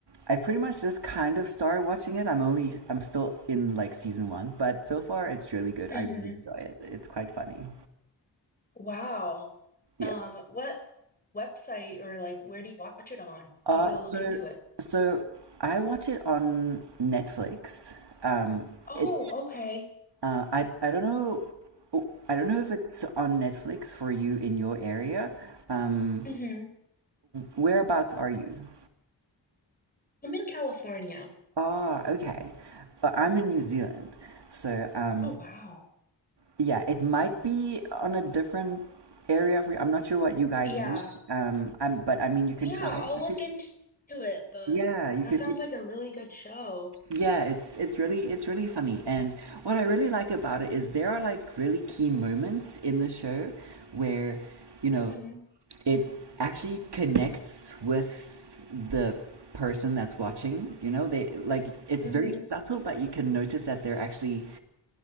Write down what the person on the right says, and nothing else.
I pretty much just kind of started watching it. I'm only, I'm still in like season one, but so far it's really good.
I really enjoy it. It's quite funny.
Yeah.
Uh,
so,
so I watch it on Netflix. Um,
it
Uh, I I don't know. oh, I don't know if it's on Netflix for you in your area. Um,
whereabouts are you?
Ah, okay. But I'm in New Zealand, so um,
yeah, it might be on a different area for you. I'm not sure what you guys
use. Um, I'm but I mean you
can try.
You
could,
yeah, you
could.
It,
yeah, it's it's really it's really funny. And what I really like about it is there are like really key moments in the show where, you know,
it actually connects with the person that's watching. You know, they like it's
very subtle, but you can notice that they're actually